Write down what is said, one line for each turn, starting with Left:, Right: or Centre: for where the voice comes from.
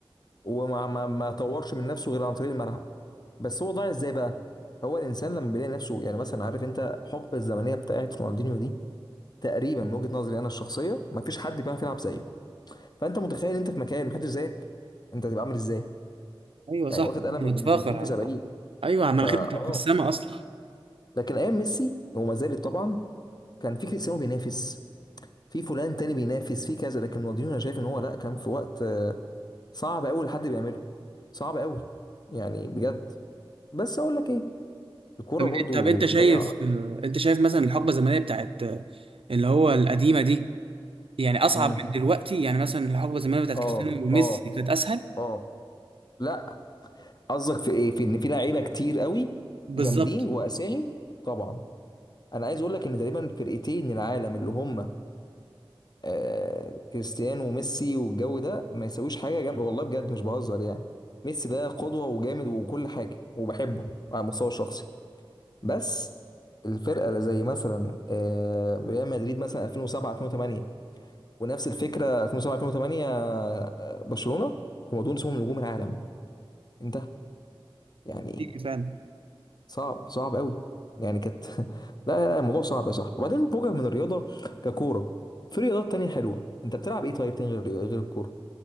Left: وما ما ما طورش من نفسه غير عن طريق الملعب بس هو ضايع ازاي بقى هو الانسان لما بيلاقي نفسه يعني مثلا عارف انت الحقبه الزمنيه بتاعت رونالدينيو دي تقريبا من وجهة نظري انا الشخصيه مفيش حد بيعرف يلعب زيه فانت متخيل انت في مكان محدش زيك انت هتبقى عامل ازاي
Right: ايوه
Left: يعني
Right: صح
Left: واخد قلم
Right: انا متفاخر
Left: من 60 في 70
Right: ايوه مناخيرك
Left: فا
Right: بتبقى
Left: اه
Right: في السما اصلا
Left: لكن ايام ميسي وما زالت طبعا كان في كريستيانو بينافس في فلان تاني بينافس في كذا لكن رونالدينيو انا شايف ان هو لا كان في وقت آه، صعب قوي لحد بيعمله صعب قوي يعني بجد بس اقول لك ايه الكوره
Right: طب إيه-
Left: برضو
Right: طب انت
Left: بتضيع
Right: شايف آه، انت شايف مثلا الحقبه الزمنيه بتاعت آه، اللي هو القديمه دي يعني اصعب
Left: امم
Right: من دلوقتي يعني مثلا الحقبه الزمنيه بتاعت
Left: اه
Right: كريستيانو وميسي
Left: اه
Right: كانت اسهل
Left: اه لا قصدك في ايه في ان في لعيبه كتير قوي
Right: بالظبط
Left: جامدين واسامي طبعا انا عايز اقول لك ان تقريبا فرقتين العالم اللي هم آه كريستيانو وميسي والجو ده ما يسويش حاجه جنب والله بجد مش بهزر يعني ميسي ده قدوه وجامد وكل حاجه وبحبه على المستوى الشخصي بس الفرقه اللي زي مثلا آه ريال مدريد مثلا 2007 2008 ونفس الفكره 2007 2008 آه، برشلونه هم دول اسمهم نجوم العالم انتهى يعني
Right: دي فعلا
Left: صعب صعب قوي يعني كانت <laughs> لا لا لا، الموضوع صعب يا صاحبي وبعدين فوقك من الرياضه ككوره في رياضات تانية حلوه انت بتلعب ايه طيب تاني غير غير الكوره